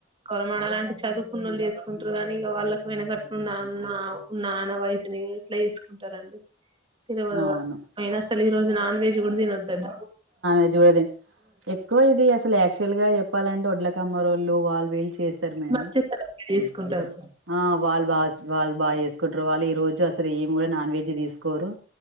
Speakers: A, on the right; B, on the right.
A: <unintelligible> మనలాంటి చదువు ఉన్నోళ్లు జేసుకుంటరు గనీ ఇగ వాళ్ళకు ఎనకట్న్న అన్న ఉన్న ఆనవాయితినీ ఇట్ల యేసుకుంటారన్ తెలవదిగ
B: అవును
A: అయిన అస్సల్ ఈ రోజు నాన్ వెజ్ గూడ తినొద్ధట.
B: <unintelligible> ఎక్కువ ఇది అసలు యాక్చువల్ గా యేప్పాలంటే ఒడ్లకమ్మరో వాళ్ళు వీళ్ళు చేస్తరు మేడం
A: మంచిగా సెలబ్రేట్ చేసుకుంటారు
B: ఆ వాళ్లు బాస్ వాళ్ళు బా యేసుకుంట్రు వాళ్లు ఈ రోజు అసలు ఏం కూడ నాన్ వెజ్ తీసు కోరు